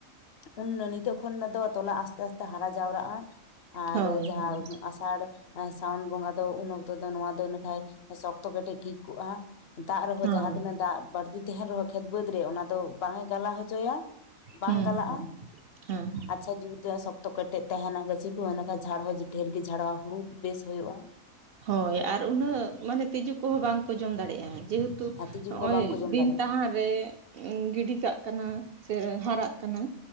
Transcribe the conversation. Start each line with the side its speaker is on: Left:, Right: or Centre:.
Left: ᱩᱱ ᱱᱤᱛᱚᱜ ᱠᱷᱚᱱ ᱢᱟᱛᱚ ᱛᱚᱞᱟ ᱟᱥᱛᱮ ᱟᱥᱛᱮ ᱦᱟᱨᱟ ᱡᱟᱣᱨᱟᱜᱼᱟ᱾ ᱟᱨ
Right: ᱦᱳᱭ
Left: ᱡᱟᱦᱟᱸ
Right: ᱦᱳᱭ
Left: ᱟᱥ ᱥᱟᱲ ᱥᱟᱱ ᱵᱚᱸᱜᱟ ᱫᱚ ᱩᱱ ᱚᱠᱛᱚ ᱫᱚ ᱱᱚᱣᱟ ᱤᱱᱟᱹᱠᱷᱟᱡ ᱥᱚᱠᱛᱚ ᱠᱟᱹᱴᱤᱡ ᱴᱷᱤᱠ ᱠᱚᱜᱼᱟ᱾ ᱫᱟᱜ ᱨᱮᱦᱚᱸ
Right: ᱦᱮᱸ
Left: ᱡᱟᱦᱟᱸ ᱛᱤᱱᱟᱹᱜ ᱫᱟᱜ ᱵᱟᱹᱲᱛᱤ ᱛᱟᱦᱮᱸᱱ ᱨᱮᱦᱚᱸ ᱠᱷᱮᱛ ᱵᱟᱹᱫᱽ ᱨᱮ ᱚᱱᱟ ᱫᱚ ᱵᱟᱝ ᱮ ᱜᱟᱞᱟ ᱦᱚᱪᱚᱭᱟ, ᱵᱟᱝ
Right: ᱦᱩᱸ
Left: ᱜᱟᱞᱟᱜᱼᱟ,
Right: ᱦᱮᱸ
Left: ᱟᱪᱪᱷᱟ ᱡᱩᱫᱟᱹ ᱥᱚᱠ ᱛᱚ ᱠᱮᱴᱮᱡ ᱛᱟᱦᱮᱸᱱᱟ ᱜᱟᱹᱪᱷᱤ ᱠᱚ ᱚᱱᱟ ᱠᱷᱟᱡ ᱡᱷᱟᱲ ᱦᱚᱸ ᱰᱷᱮᱨ ᱜᱮ ᱡᱷᱟᱲᱚᱜᱼᱟ ᱦᱩᱲᱩᱠ ᱵᱮᱥ ᱦᱩᱭᱩᱜᱼᱟ᱾
Right: ᱦᱚᱭ ᱟᱨ ᱩᱱᱟᱹᱜ ᱢᱟᱱᱮ ᱛᱤᱡᱩ ᱠᱚᱦᱚᱸ ᱵᱟᱝ ᱠᱚ ᱡᱚᱢ ᱫᱟᱲᱮᱜᱼᱟ᱾ ᱡᱮᱦᱮᱛᱩ
Left: ᱟᱨ ᱛᱤᱡᱩ
Right: ᱱᱚᱜᱼᱚᱭ
Left: ᱠᱚ ᱵᱟᱝᱠᱚ ᱡᱚᱢ
Right: ᱫᱤᱱ
Left: ᱫᱟᱲᱮᱭᱟᱜᱼᱟ
Right: ᱛᱟᱦᱟᱸ ᱨᱮ, ᱩᱸ ᱜᱤᱰᱤ ᱠᱟᱜ ᱠᱟᱱᱟ ᱥᱮ ᱦᱟᱨᱟᱜ ᱠᱟᱱᱟ,